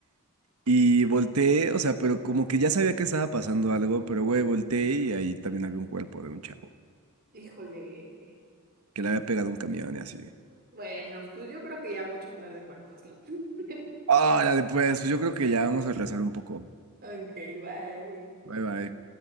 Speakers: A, on the right; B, on the right.
A: Y volteé, o sea, pero como que ya sabía que estaba pasando algo, pero güey, volteé y ahí también había un cuerpo de un chavo
B: Híjole.
A: que le había pegado un camión y así.
B: Bueno, pues yo creo que ya mucho hablar de cuerpos, ¿no? <laughs>
A: Órale, pues, pues yo creo que ya vamos a rezar un poco.
B: Ok, bye.
A: Bye bye.